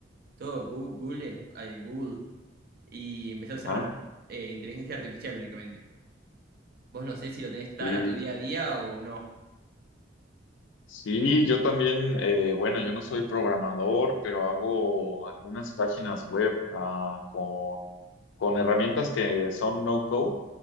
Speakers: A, on the right; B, on the left.
A: todo Gu- Google, eh, Google. y empecé
B: ajá.
A: a usar eh, inteligencia artificial únicamente. Vos no sé si lo tenés tan
B: Sí,
A: a tu día a día o no.
B: sí, yo también, eh, bueno, yo no soy programador, pero hago algunas páginas web ah, con, con herramientas que son no-code.